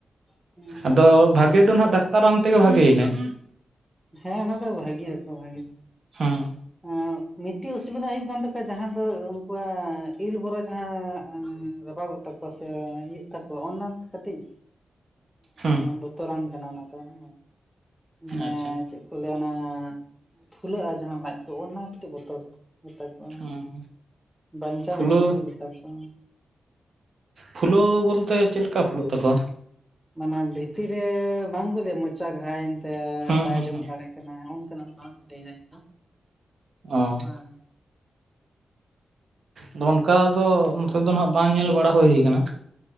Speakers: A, in the centre; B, on the right.
A: ᱦᱮᱸ
B: ᱟᱫᱚ ᱵᱷᱟᱜᱮ ᱫᱚ ᱦᱟᱸᱜ ᱰᱟᱠᱛᱟᱨ ᱨᱟᱱ ᱛᱮᱜᱮ ᱵᱷᱟᱜᱮ ᱭᱮᱱᱟᱭ᱾
A: ᱦᱮᱸ ᱚᱱᱟ ᱫᱚ ᱵᱷᱟᱜᱤ ᱟᱠᱠᱚ ᱵᱷᱟᱜᱤ,
B: ᱦᱮᱸ
A: ᱮᱸᱜ ᱢᱤᱜᱴᱤᱡ ᱚᱥᱩᱵᱤᱫᱷᱟ ᱦᱩᱭᱩᱜ ᱠᱟᱱ ᱛᱟᱠᱚᱣᱟ, ᱡᱟᱦᱟᱸ ᱫᱚ ᱩᱱᱠᱩᱣᱟᱜ ᱤᱱ ᱵᱚᱨᱚ ᱡᱟᱦᱟᱸ ᱨᱟᱯᱟᱜᱚᱜ ᱛᱟᱠᱚᱣᱟ᱾ ᱯᱟᱥᱮ ᱤᱭᱟᱹ ᱛᱟᱠᱚ ᱚᱱᱟ ᱠᱟᱹᱴᱤᱡ
B: ᱦᱮᱸ
A: ᱵᱚᱛᱚᱨᱟᱱ ᱠᱟᱱᱟ ᱚᱱᱟ ᱫᱚ, ᱦᱮᱸ ᱢᱟᱱᱮ
B: ᱟᱪᱪᱷᱟ
A: ᱪᱮᱫ ᱠᱚ ᱞᱟᱹᱭ-ᱟ ᱚᱱᱟ ᱯᱷᱩᱞᱟᱹᱜᱼᱟ ᱡᱟᱦᱟᱸ ᱞᱟᱡ ᱠᱚ ᱚᱱᱟ ᱠᱟᱹᱴᱤᱡ ᱵᱚᱛᱚᱨ ᱜᱮᱛᱟ ᱠᱚᱣᱟ᱾
B: ᱦᱮᱸ ᱦᱮᱸ
A: ᱵᱟᱧᱪᱟᱣ
B: ᱯᱷᱩᱞᱟᱹ
A: ᱢᱩᱥᱠᱤᱞ ᱜᱮ ᱛᱟᱠᱚᱣᱟ᱾
B: ᱯᱷᱩᱞᱟᱹᱣ ᱵᱚᱞᱛᱮ ᱪᱮᱫ ᱞᱮᱠᱟ ᱯᱷᱩᱞᱟᱹᱜ ᱛᱟᱠᱚᱣᱟ?
A: ᱢᱟᱱᱮ ᱵᱷᱤᱛᱤᱨ ᱨᱮ ᱵᱟᱝ ᱠᱚ ᱞᱟᱸᱭᱼᱟ, ᱢᱚᱪᱟ ᱜᱷᱟᱭᱮᱱ ᱛᱟᱭᱟ
B: ᱦᱮᱸ
A: ᱵᱟᱭ
B: ᱦᱮᱸ
A: ᱡᱚᱢ
B: ᱦᱮᱸ
A: ᱫᱟᱲᱮ ᱠᱟᱱᱟ ᱚᱱᱠᱟᱱᱟᱜ ᱞᱟᱹᱭ ᱮᱫᱟᱹᱧ᱾
B: ᱚ‌ᱸᱻ᱾
A: ᱦᱮᱸ
B: ᱫᱚᱱ ᱚᱱᱠᱟ ᱫᱚ ᱱᱚᱛᱮ ᱫᱚ ᱱᱟᱜ ᱵᱟᱝ ᱧᱮᱞ ᱵᱟᱲᱟ ᱦᱩᱭ ᱠᱟᱱᱟ᱾